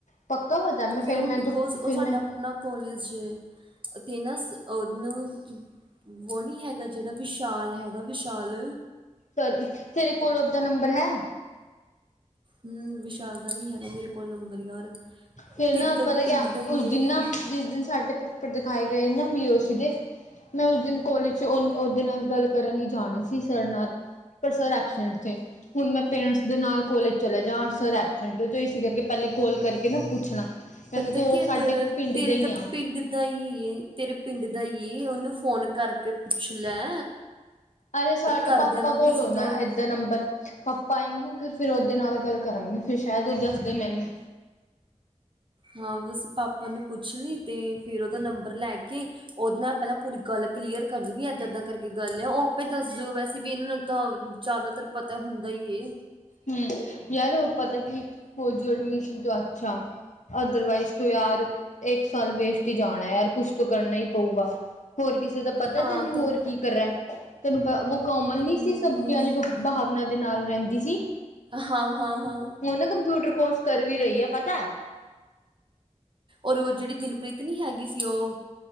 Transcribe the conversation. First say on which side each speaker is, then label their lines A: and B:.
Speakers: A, on the left (about 80°); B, on the right (about 40°).
A: ਪੱਕਾ ਵਤਾ ਮੈਂ
B: ਕਿਉਂ
A: ਫਿਰ ਮੈਂ,
B: ਬਿਕੋਜ਼ ਉਹ
A: ਫਿਰ
B: ਸਾਡਾ
A: ਮੈਂ
B: ਆਪਣਾ ਕੋਲੇਜ ਹੈ ਤੇ ਨਾ ਉਹਨੂੰ ਉਹ ਨੀ ਹੈਗਾ, ਜਿਹੜਾ ਵਿਸ਼ਾਲ ਹੈਗਾ, ਵਿਸ਼ਾਲ
A: ਸਰ ਤੇਰੇ ਕੋਲ ਓਦਾ ਨੰਬਰ ਹੈ।
B: ਹੂੰ ਵਿਸ਼ਾਲ ਦਾ ਨਹੀਂ ਹੈਗਾ ਮੇਰੇ ਕੋਲ ਨੰਬਰ ਯਾਰ
A: ਫਿਰ
B: ਤੇਰੇ
A: ਨਾ
B: ਤਾਂ
A: ਪਤਾ ਗਿਆ
B: ਪਿੰਡ ਦਾ ਹੀ
A: ਉਸ
B: ਏ
A: ਦਿਨ ਨਾ ਜਿਸ ਦਿਨ ਸਾਡੇ ਪਰ ਦਿਖਾਏ ਗਏ ਨਾ ਵੀ ਓ ਸੀ ਦੇ, ਮੈਂ ਉਸ ਦਿਨ ਕੋਲੇਜ ਚ ਉਹਦੇ ਨਾਲ ਗੱਲ ਕਰਨ ਹੀ ਜਾਣੀ ਸੀ। ਸਰ ਨਾਲ ਪਰ ਸਰ ਐਕਸੀਡੈਂਟ ਤੇ ਹੁਣ ਮੈਂ ਪੇਰੈਂਟਸ ਦੇ ਨਾਲ ਕੋਲੇਜ ਚਲੇ ਜਾ ਅਸ ਐਬਸੈਂਟ ਇਸ ਕਰਕੇ ਪਹਿਲੀ ਕੋਲ ਕਰਕੇ। ਕਿ ਨਾ ਪੁੱਛਣਾ ਵੈਸੇ
B: ਪਤਾ
A: ਤਾਂ
B: ਕਿਆ
A: ਉਹ ਸਾਡੇ
B: ਕਰ
A: ਪਿੰਡ
B: ਤੇਰੇ
A: ਦੇ ਹੀ
B: ਤਾਂ
A: ਆ
B: ਪਿੰਡ ਦਾ, ਤੇਰੇ ਪਿੰਡ ਦਾ, ਉਹਨੂੰ ਫੋਨ ਕਰਕੇ ਪੁੱਛ ਲੈ।
A: ਅਰੇ ਸਰ
B: ਘਰਦਿਆਂ
A: ਪਾਪਾ
B: ਨੂੰ
A: ਕੋਲ
B: ਕਿਸੇ
A: ਆਉਂਦਾ
B: ਤੋਂ
A: ਏਦਾ ਨੰਬਰ। ਪਾਪਾ ਆਏਂਗੇ ਨਾ ਘਰ ਫਿਰ ਉਹਦੇ ਨਾਲ ਗੱਲ ਕਰਾਂਗੇ, ਫਿਰ ਸ਼ਾਇਦ ਉਹ ਦੱਸਦੇ ਮੈਨੂੰ।
B: ਹਾਂ ਬਸ ਪਾਪਾ ਨੂੰ ਪੁੱਛ ਲਈ, ਤੇ ਫਿਰ ਉਹਦਾ ਨੰਬਰ ਲੈ ਕੇ, ਉਹਦੇ ਨਾਲ ਪਹਿਲਾਂ ਪੂਰੀ ਗੱਲ। ਕਲੀਅਰ ਕਰਦੂਗੀ ਇੱਦਾਂ ਏਦਾਂ ਕਰਕੇ ਗੱਲ ਹੈ, ਉਹ ਆਪੇ ਦੱਸ ਦੂ ਵੈਸੇ ਵੀ ਇਹਨਾਂ ਨੂੰ ਤਾਂ ਜ਼ਿਆਦਾਤਰ। ਪਤਾ ਹੁੰਦਾ ਈ
A: ਹੂੰ ਯਾਰੋ ਪਤਾ ਕਿ ਹੋ ਜੂ ਐਡਮਿਸ਼ਨ ਤੋਂ ਅੱਛਾ ਅਦਰਵਾਈਜ਼ ਤੋਂ ਯਾਰ। ਇੱਕ ਸਾਲ ਵੇਸਟ ਹੀ ਜਾਣਾ ਹੈ, ਯਾਰ ਕੁਛ ਤਾਂ ਕਰਨਾ ਹੀ ਪਊਗਾ ਹੋਰ ਕਿਸੇ ਦਾ ਪਤਾ
B: ਹਾਂ
A: ਤੈਨੂੰ
B: ਤਾਂ
A: ਹੋਰ ਕੀ ਕਰ ਰਿਹਾ। ਤੈਨੂੰ ਪ ਕੋਮਲ ਨਹੀਂ
B: ਹਮ,
A: ਸੀ ਸਬਕੀ ਭਾਵਨਾ ਦੇ ਨਾਲ ਰਹਿੰਦੀ ਸੀ।
B: ਹਾਂ ਹਾਂ ਹਾਂ
A: ਹੁਨ ਨਾ ਕੰਪਿਊਟਰ ਕੋਰਸ ਕਰ ਵੀ ਰਹੀ ਐ ਪਤਾ।
B: ਔਰ ਉਹ ਜਿਹੜੀ ਦਿਲਪ੍ਰੀਤ ਨੀ ਹੈਗੀ ਸੀ ਓ,